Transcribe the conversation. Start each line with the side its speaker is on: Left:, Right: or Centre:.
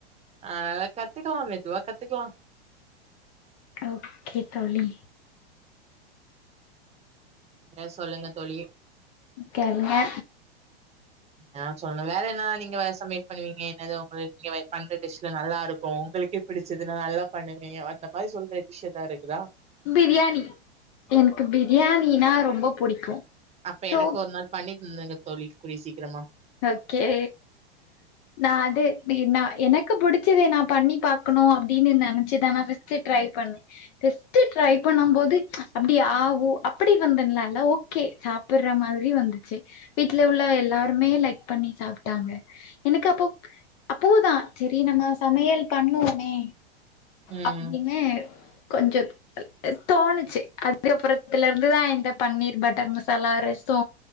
Right: அதலா கத்துக்கலா மெதுவா கத்துக்கலா.
Left: ஓக்கே தோழி.
Right: வேற சொல்லுங்க தோழி.
Left: தெர்ல.
Right: நீங்கதா சொல்ணு வேற என்னா நீங்க வேற சமையல் பண்ணுவீங்க என்னது உங்குளு நீங்க வெ பண்ற டிஸ்ல நல்லாருக்கு உங்குளுக் கே பிடிச்சது நா நல்லா பண்ணுவே எ அந்த மாரி சொல்ற டிஷ் எதா இருக்குதா?
Left: பிரியாணி எனக்கு பிரியாணினா ரொம்ப புடிக்கு.
Right: அப்ப
Left: சோ
Right: எனக்கு ஒரு நாள் பண்ணி தந்துருங்க தோழி கூடிய சீக்கிரமா.
Left: ஓக்கே. நா அது பி நா எனக்கு புடிச்சது நா பண்ணி பாக்கணு அப்டினு நெனைச்சுதா நா ஃபஸ் ட்டு ட்ரை பண்ணே. டெஸ்ட்டு ட்ரை பண்ணம் போது அப்டி ஆ ஊ அப்டி வந்தன்லா இல்ல ஓ க்கே சாப்பட்ற மாதிரி வந்துச்சு வீட்ல உள்ள எல்லாருமே லைக் க் பண்ணி சாப்ட்டாங்க எனக்கு அப்போ அப்போதா செரி நம்ம சமையல் பண்ணுவோமே
Right: ம்
Left: அப்டின்னு கொஞ்சொத் அ அ தோணுச்சு அதுக்கப்புறத்துல இருந்துதா இந்த பன்னீர் பட்டர் மசாலா ரெசோ